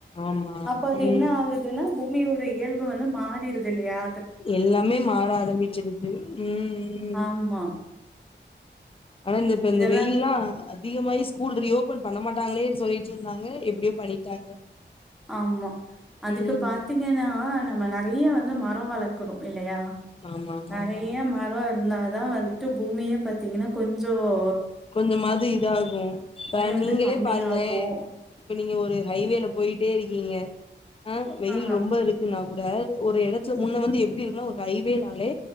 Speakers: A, on the left; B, in the centre.
A: ஆமா
B: அ அது என்ன
A: ம்
B: ஆகுதுன்னா பூமியோட இயல்பு வந்து மாறிடுது இல்லயா
A: எல்லாமே மார ஆரம்பிச்சிருது ம்
B: ஆமா
A: ஆனா இந்த இப்ப இந்த
B: இதெல்லாம்
A: வெயில்லாம் அதிகமாயி ஸ்கூல் ரீயோப்பன் பண்ண மாட்டாங்களேன்னு சொல்லிட்டு இருந்தாங்க எப்டியோ பண்ணிட்டாங்க
B: ஆமா அதுக்கு
A: ம்
B: பாத்தீங்கன்னா நம்ம நெறைய வந்து மரம் வளர்க்கணும் இல்லயா
A: ஆமா ஆமா
B: நெறைய
A: ஆமா
B: மரம் இருந்தா அதான் வந்துட்டு பூமியே பாத்தீங்கன்னா கொஞ்சம் ஓ
A: கொஞ்சமாது இதாகும்
B: வந்து
A: நீங்களே
B: கம்மியாகும்
A: பாருங்களேன் நீங்க ஒரு ஹைவேல போயிட்டே இருக்கீங்க ஆ வெயில்
B: ஆஹ்
A: ரொம்ப இருக்கு நான கூட ஒரு இடத்துல முன்ன வந்து எப்டி இருக்குனா ஒரு ஹைவேனாலே